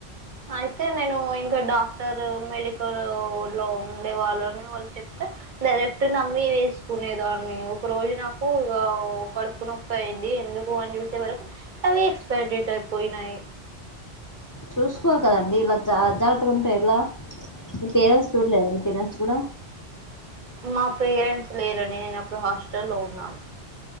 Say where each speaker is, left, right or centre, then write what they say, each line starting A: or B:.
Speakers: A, on the right; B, on the left.
A: అయితే నేను ఇంకా డాక్టర్ మెడికల్ లో ఉండే వాళ్ళని వాళ్ళు చెప్తే డైరెక్ట్ నమ్మి వేసుకునేదాన్ని ఒక రోజు నాకు ఇగా కడుపు నొప్పి అయింది ఎందుకు అని చూసే వరకు అవి ఎక్స్పైరి డేట్ అయిపోయినయి
B: చూసుకోవలి కదండి ఇలా జ అజాగ్రత్తగా ఉంటే ఎలా మీ పేరెంట్స్ చూడలేదా మీ పేరెంట్స్ గూడా
A: మా పేరెంట్స్ లేర నేను అప్పుడు హాస్టల్ లో ఉన్నాను